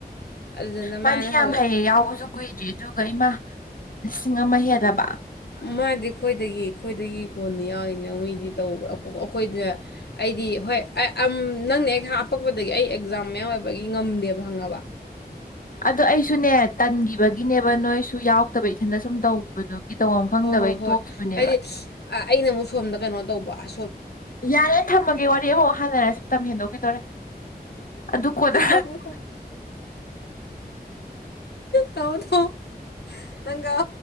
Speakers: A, on the left (about 85°); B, on the left (about 55°).
A: ꯑꯗꯨꯗꯨꯅ ꯃꯥꯅ
B: ꯃꯥꯗꯤ ꯌꯥꯝ
A: ꯍ
B: ꯍꯩꯌꯦ ꯌꯥꯎꯕꯁꯨ ꯀꯨꯏꯗ꯭ꯔꯤ ꯑꯗꯨꯒ ꯏꯃꯥ! ꯂꯤꯁꯤꯡ ꯑꯃ ꯍꯦꯜꯂꯕ!
A: ꯃꯥꯗꯤ ꯑꯩꯈꯣꯏꯗꯒꯤ ꯑꯩꯈꯣꯏꯗꯒꯤ ꯀꯣꯟꯅ ꯌꯥꯎꯔꯤꯅꯦ ꯃꯤꯗꯤ ꯇꯧꯕ ꯑꯩꯈꯣꯏꯗ ꯑꯩꯗꯤ ꯍꯣꯏ ꯅꯪꯅ ꯑꯩ ꯍꯥꯞꯄꯛꯄꯗꯒꯤ ꯑꯩ ꯑꯦꯛꯖꯥꯝ ꯃꯌꯥꯝ ꯑꯣꯏꯕꯒꯤ ꯉꯝꯗꯦꯕ ꯈꯥꯪ꯫
B: ꯑꯗꯣ ꯑꯩꯁꯨꯅꯦ ꯇꯟꯒꯤꯕꯒꯤꯅꯦꯕ ꯅꯣꯏꯁꯨ ꯌꯥꯎꯇꯥꯕꯩ꯫ <unintelligible> ꯁꯨꯝ ꯇꯧꯈꯤꯕꯗꯨꯣ ꯇꯧꯕꯝ ꯈꯪꯗꯕꯩ
A: ꯍꯣꯏ ꯍꯣꯏ ꯍꯣꯏ
B: ꯇꯣꯛꯈꯤꯕꯅꯦꯕ꯫
A: ꯍꯥꯏꯗꯤ ꯑ- ꯑꯩꯅ ꯑꯃꯨꯛ ꯁꯣꯝꯗ ꯀꯩꯅꯣ ꯇꯧꯕ ꯑ
B: ꯌꯥꯔꯦ ꯊꯝꯃꯒꯦ ꯋꯥꯔꯤ ꯑꯃꯨꯛ ꯍꯥꯟꯅꯔꯁꯤ ꯃꯇꯝ ꯍꯦꯟꯗꯣꯛꯈꯤꯗꯧꯔꯦ ꯑꯗꯨ ꯀꯣꯗ
A: ꯇꯧ ꯇꯧ ꯇꯧ ꯅꯪꯒ